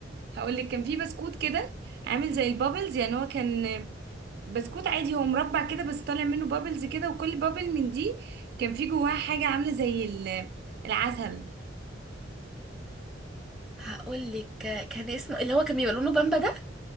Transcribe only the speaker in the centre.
هقول لك كان اسمه اللي هو كان بيبقى لونه بامبا ده